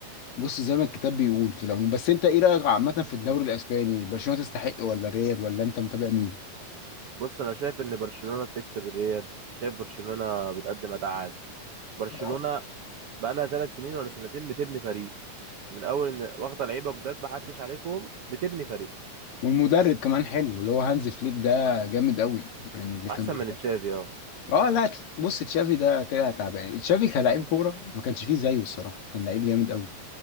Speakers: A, on the left; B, on the right.
A: بص زي ما الكتاب بيقول في العموم بس انت ايه رايك عامه في الدوري الاسباني برشلونه تستحق ولا ريال ولا انت متابع مين
B: بص انا شايف ان برشلونة بتكسب الريال شايف برشلونة بتقدم اداء عالي برشلونة
A: آه.
B: بقالها ثلاث سنين ولا سنتين بتبني فريق من اول ان واخده لعيبه جداد محدش عارفهم بتبني فريق
A: والمدرب كمان حلو اللي هو هانز فليك ده جامد قوي يعني اللي كان
B: احسن
A: بيدرب
B: من تشافي اه
A: اه لا بص تشافي ده طلع تعبان تشافي كلاعب كوره ما كانش فيه زيه الصراحه كان لعيب جامد قوي